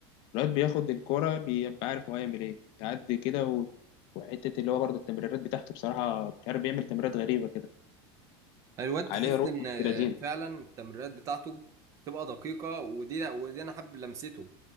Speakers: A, on the left; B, on the right.
A: الواد بياخد الكوره بيبقى عارف هو هيعمل ايه يعدي كده و... وحته اللي هو برضه التمريرات بتاعته بصراحه مش عارف بيعمل تمريرات غريبه كده
B: الواد
A: عليه
B: تحس
A: روح
B: ان
A: بنت لذينه
B: فعلا التمريرات بتاعته تبقى دقيقة ودي ودي انا حابب لمسته